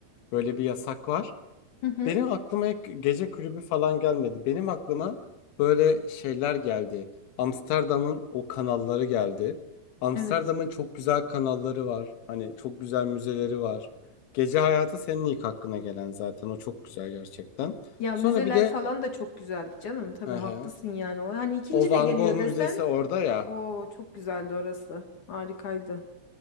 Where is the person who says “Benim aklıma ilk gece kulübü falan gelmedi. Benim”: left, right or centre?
Left